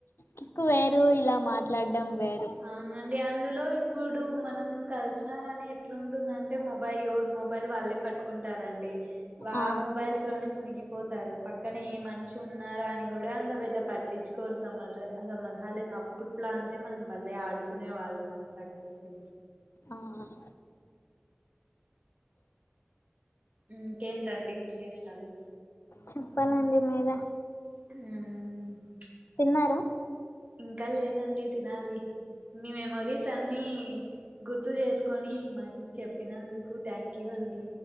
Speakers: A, on the left (about 85°); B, on the right (about 40°).
A: కిక్కు వేరు ఇలా మాట్లాడడం వేరు
B: అవ్నండి అందులో ఇప్పుడు మనం కల్సినా గాని ఎట్లాంటుందంటే మొబైల్ ఎవరు మొబైల్ వాళ్ళే పట్టుకుంటారండి వా
A: ఆ
B: మొబైల్స్లోనే మునిగిపోతారు పక్కనే ఏ మనిషి ఉన్నారా అని కూడా అంత పెద్ద పట్టి పట్టించుకోరు సమ్మర్ ఆ సమ్మర్ హాలిడేస్ అప్పుట్లా అంటే మనం బలే ఆడుకునే వాళ్ళం అంతా కలిసి
A: ఆహ్
B: ఇంకేంటండి విశేషాలు
A: చెప్పాలండి మీరే
B: ఆహ్
A: తిన్నారా
B: ఇంకా లేదండి తినాలి మీ మెమొరీసన్ని గుర్తు చేస్కొని మాకు చెప్పినందుకు థ్యాంక్యూ అండి